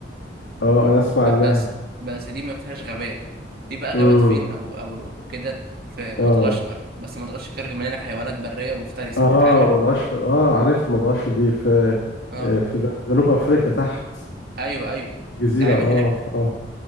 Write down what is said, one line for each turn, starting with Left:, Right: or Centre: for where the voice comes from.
Left: اه انا اسمع
Right: ب-
Left: عنها
Right: بس بس دي ما فيهاش غابات في بقى غابات
Left: امم
Right: فين او او كده في مدغشقر
Left: اه
Right: بس مدغشقر مليانه حيوانات بريه ومفترسه
Left: اه
Right: هتتعامل
Left: مدغشقر اه عارف مدغشقر دي في
Right: اه
Left: آه، في جن- جنوب افريقيا تحت
Right: ايوه ايوه
Left: جزيرة
Right: تتعامل
Left: اه
Right: هناك
Left: اه